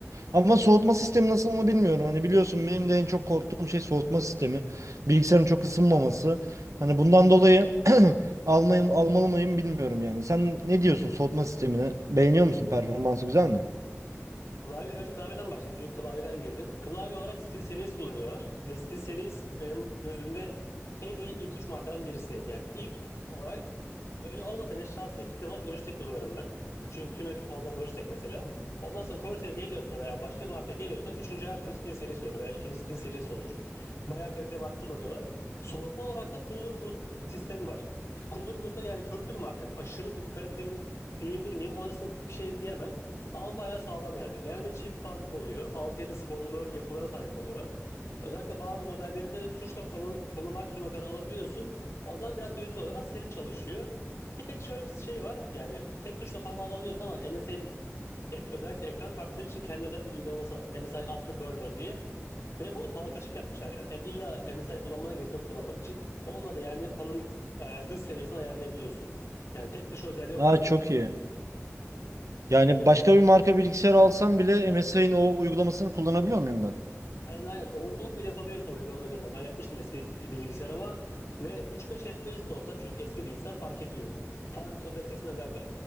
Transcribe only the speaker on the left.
Klavye, önce klavyeden başlayayım çünkü klavyeden girdin. Klavye olarak SteelSeries kullanıyorlar. Ve SteelSeries benim gözümde en iyi ilk üç markadan birisi. Yani ilk olarak öyle olmasa bile şahsi fikrim olarak Logitech kullanırım ben. Çünkü tüm ekipmanlarım Logitech mesela. Ondan sonra Corsair geliyorsa veya başka bir marka geliyorsa üçüncü her türlü SteelSeries olur veya ikinci SteelSeries olur. Bayağı kaliteli marka kullanıyorlar. Soğutma olarak da Cooler Boost sistemi var. Cooler Boost da yani köklü bir marka. Aşırı kaliteli diyebilir miyim? Orasını bir şey diyemem. Ama bayağı sağlam yani. Genelde çift fan oluyor. altı 7 borulu yapılara sahip oluyorlar. Özellikle bazı modellerinde tuşla fanı, fanı maksimuma kadar alabiliyorsun. O zaman biraz gürültülü oluyor ama serin çalışıyor. Bir tek şöyle bir şey var. Yani tek tuşla fanı alabiliyorsun ama MSI'nin ek- özellikle ekran kartları için kendi özel bir uygulaması var. MSI Afterburner diye. Ve bunu halka açık yapmışlar yani. Em- İlla MSI kullanmana gerek yok kullanmak için. Onunla da yani fanın e, hız seviyesini ayarlayabiliyorsun. Yani tek tuş özelliği o
kadar.
Aynen aynen. Overclock bile yapabiliyorsun uygulama üzerinden. Ben yapmıştım eski bilgisayarıma ve 3-5 FPS de olsa çünkü eski bilgisayar fark ediyor. Fan özel sesini özellikle